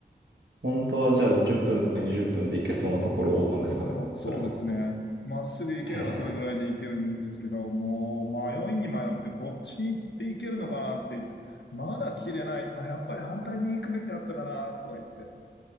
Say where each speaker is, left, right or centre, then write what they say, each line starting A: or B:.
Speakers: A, on the right; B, on the left.
A: 本当はじゃあ10分とか20分で行けそうなところなんですかね。
B: そう、そうですね。
A: それは。
B: まっすぐ行ければそれぐらいで行けるんですけど、
A: へえ、
B: もう迷いに迷ってこっちに行って行けるのかなって言って、まだ切れない。あ、やっぱり反対に行くべきだったかなとか言って、